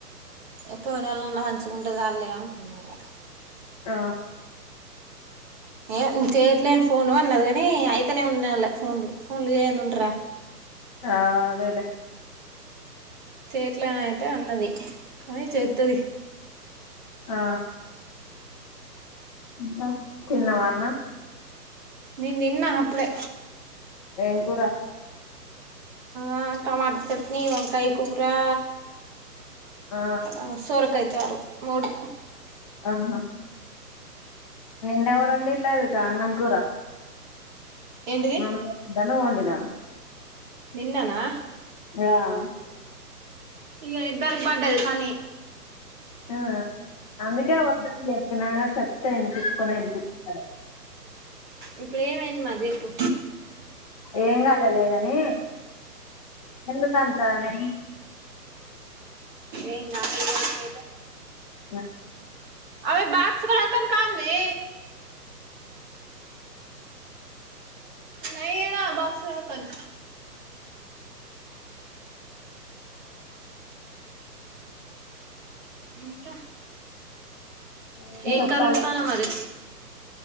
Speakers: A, on the right; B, on the left.
A: అ పోయినాళ్ళన్న మంచిగుంటే చాళ్లే అనుకున్నిగ
B: ఆ
A: ఏ చేయట్లేన్ ఫోను అన్నది కానీ అయితనే ఉన్నాలె ఫోన్లు ఫోన్లు చెయ్యంది ఉంటరా
B: ఆ అదేలే
A: చేయట్లే అనయితే అన్నది కానీ చెత్తది
B: ఆ ఇంక తిన్నావా అన్నం
A: నేన్ తిన్న అప్పుడే
B: ఏం కూర
A: ఆ టమాట చట్నీ వంకాయ్ కూరా
B: ఆ
A: అ సోరకాయ్ చారు మూడు
B: ఆహా నిన్నెవరొండిల్లది దా అన్నంకూర
A: ఏంటిది
B: మామ్మచ్చిందని ఓండిన
A: నిన్ననా
B: ఆ
A: ఇగ ఇద్దరిక్ బడ్డది పనీ
B: ఆ అందుకే వద్దని చెప్పినాగని చెప్తే ఇనిపిచ్చుకొనే ఇనిపిచ్చుకొలే
A: ఇప్పుడేమైంది మర్ జెప్పు
B: ఏంగాలే లేగనీ ఎందుకంత అని
A: ఏం గాలేదుగా ఇప్పుడైతే
B: ఆ
A: ఆమె బాక్స్ కుడ అతని కాందీ నయనా బాక్స్ పట్కొని ఇంక
B: ఏం
A: ఏంకరొండుతానవ్
B: చెప్పాలి
A: మరి